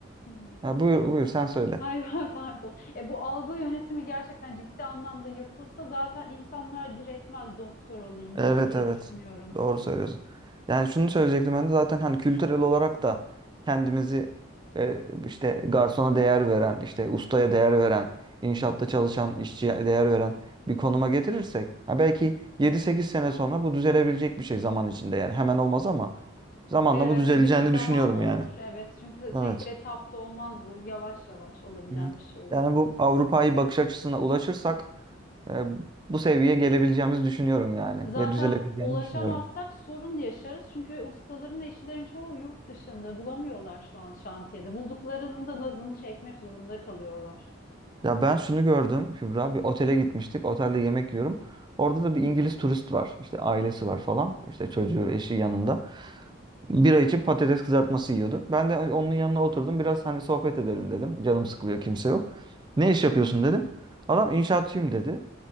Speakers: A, on the left; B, on the right.
A: Hı hı. hı.
B: ya buyur buyur sen söyle.
A: Ay <laughs> pardon. E bu algı yönetimi gerçekten ciddi anlamda yapılsa zaten insanlar diretmez doktor olayım
B: Evet
A: diye diye
B: evet.
A: düşünüyorum.
B: Doğru söylüyorsun. Yani şunu söyleyecektim ben de zaten hani kültürel olarak da kendimizi e, işte garsona değer veren, işte ustaya değer veren, inşaatta çalışan işçiye değer veren bir konuma getirirsek ha belki yedi sekiz sene sonra bu düzelebilecek bir şey zaman içinde yani hemen olmaz ama zamanla
A: Evet,
B: bu düzeleceğini
A: bir zamanla
B: düşünüyorum
A: olur.
B: yani.
A: Evet, çünkü tek
B: Evet.
A: bir etapta olmaz bu. Yavaş yavaş olabilen
B: Hı hı.
A: bir şey olur.
B: Yani bu Avrupa'yı bakış açısına ulaşırsak e, bu seviyeye gelebileceğimizi düşünüyorum yani
A: Zaten
B: ve düzelebileceğini
A: ulaşamazsak
B: düşünüyorum.
A: sorun yaşarız. Çünkü ustaların, işçilerin çoğu yurt dışında bulamıyorlar şu an şantiyede. Bulduklarının da nazını çekmek zorunda kalıyorlar.
B: Ya ben şunu gördüm Kübra. Bir otele gitmiştik. Otelde yemek yiyorum. Orada da bir İngiliz turist var. İşte ailesi var falan. İşte çocuğu, eşi yanında. Bira içip patates kızartması yiyordu. Ben de onun yanına oturdum. Biraz hani sohbet edelim dedim. Canım sıkılıyor, kimse yok. Ne iş yapıyorsun dedim. Adam inşaatçıyım dedi.